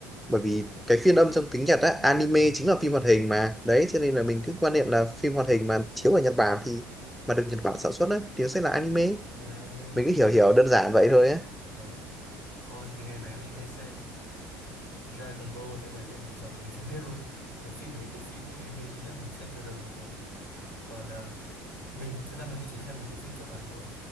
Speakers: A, in the centre; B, on the right (about 80°).
A: bởi vì cái phiên âm trong tiếng Nhật á anime
B: ừ.
A: chính là phim hoạt hình mà đấy cho nên
B: à,
A: là mình cứ quan niệm là phim hoạt hình mà chiếu ở Nhật Bản thì mà được Nhật Bản sản xuất á thì nó sẽ là anime
B: thì là anime
A: mình cứ
B: được
A: hiểu hiểu đơn giản vậy thôi á
B: đấy ô thì ngày bé mình hay xem Dragon Ball đấy bảy viên ngọc rồng mình xem hết luôn cái phim đấy cái phim anime duy nhất mình xem từ đầu đến cuối còn ờ, mình thật ra mình cũng chỉ xem mấy cái phim cơ bản thôi